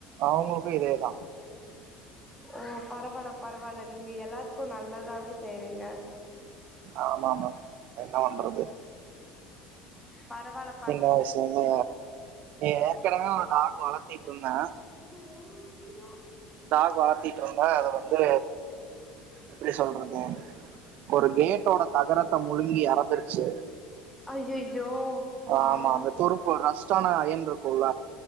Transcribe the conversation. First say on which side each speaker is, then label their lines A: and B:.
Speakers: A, on the right; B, in the centre.
A: அவங்களுக்கு இதேதா
B: ஓ பரவால்ல பரவால்ல நீங்க எல்லாத்துக்கு நல்லதாவே செய்றீங்க
A: ஆமா மேம் என்ன பண்றது
B: பரவால
A: சின்ன வைஸ்லேந்து ஏற்கனவே ஒரு டாக் வளத்தியிட்ருந்த
B: எ <unintelligible>
A: டாக் வளத்தியிட்ருந்த அத வந்து எப்டி சொல்றது ஒரு கேட்டோட தகரத்த முழுங்கி எறந்துருச்சு
B: ஐயையோ பாவோ
A: ஆமா அந்த துருப்பு ரஸ்டான அயன் இருக்குல்ல